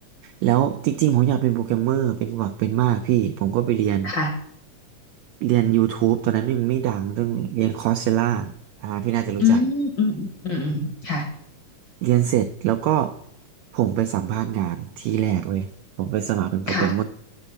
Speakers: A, on the right (about 85°); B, on the left (about 50°).
A: แล้วจริงๆผมอยากเป็นโปรแกรมเมอร์เป็นหวักเป็นมากพี่ผมก็ไปเรียน
B: ค่ะ
A: เรียน YouTube ตอนนั้นยังไม่ดังเรื่องเรียนคอร์สเซล่าอ่าพี่น่าจะรู้จัก
B: อืมอืมอืมอืมอืมค่ะ
A: เรียนเสร็จแล้วก็ผมไปสัมภาษณ์งานที่แรกเว้ยผมไปสมัครเป็นโปรแกรมเมอร์
B: ค่ะ